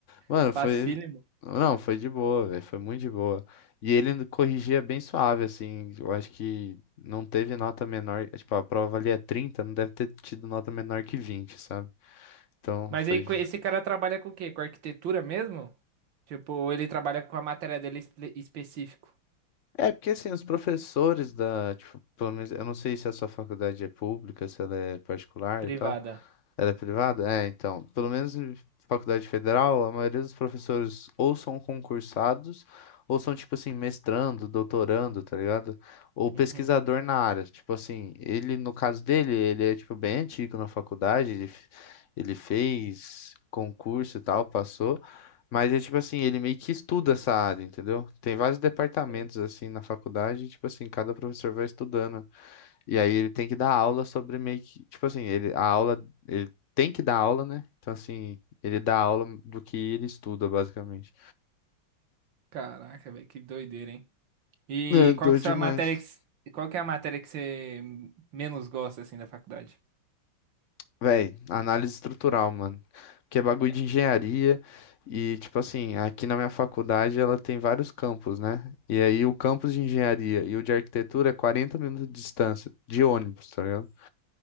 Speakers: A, on the left; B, on the right.
A: Mano,
B: Facílimo.
A: foi. Não, foi de boa, velho, foi muito de boa. E ele corrigia bem suave, assim. Eu acho que não teve nota menor. Tipo, a prova ali é 30, não deve ter tido nota menor que 20, sabe? Então,
B: Mas
A: foi.
B: aí co- esse cara trabalha com o quê? Com arquitetura mesmo? Tipo, ele trabalha com a matéria dele espe- específico,
A: É, porque assim, os professores da, tipo, pelo menos, eu não sei se a sua faculdade é pública, se ela é particular
B: privada.
A: e tal. Ela é privada? É, então, pelo menos em faculdade federal, a maioria dos professores ou são concursados, ou são, tipo assim, mestrando, doutorando, tá ligado? Ou pesquisador
B: Uhum.
A: na área. Tipo assim, ele, no caso dele, ele é, tipo, bem antigo na faculdade, ele, f- ele fez concurso e tal, passou. Mas é tipo assim, ele meio que estuda essa área, entendeu? Tem vários departamentos
B: Sim.
A: assim na faculdade, e, tipo assim, cada professor vai estudando. E aí ele tem que dar aula sobre meio que, tipo assim, ele a aula, ele tem que dar aula, né? Então assim, ele dá aula do que ele estuda, basicamente.
B: Caraca, velho, que doideira, hein? E
A: É, doido
B: qual que
A: demais.
B: é a matéria que, s- qual que é a matéria que você menos gosta assim da faculdade?
A: Véi, análise estrutural, mano. Que é bagulho de engenharia e tipo assim, aqui na minha faculdade ela tem vários campos, né? E aí o campus de engenharia e o de arquitetura é 40 minutos de distância de ônibus, tá ligado?